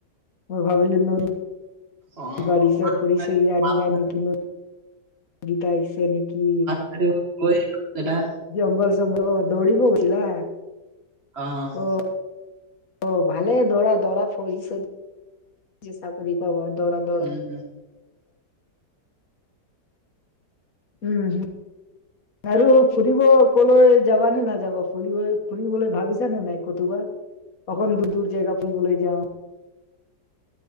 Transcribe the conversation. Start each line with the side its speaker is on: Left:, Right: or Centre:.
Left: মই ভাবিলো ন
Right: অ
Left: বাঢ়িছে
Right: মাছ
Left: খৰি
Right: মাছ
Left: চৰি আনিলা
Right: মাছ
Left: নেকি? গোটাইছে নেকি?
Right: <unintelligible> লেদা
Left: জংঘল চ‍ংঘল দৌৰিব গৈছিলা?
Right: অ' অ'
Left: অ' অ' ভালে দৌৰা দৌৰা ফৌজিচন। যি চাকৰি পাবা দৌৰা দৌৰা।
Right: উম, উম।
Left: উম, হম। আৰু ফুৰিব কলৈ যাবা নে নাযাবা, ফুৰিব ফুৰিবলৈ ভাবিছা নাই কতো বা? অকন দূৰ দূৰ জেগা ফুৰিবলৈ যাওঁ।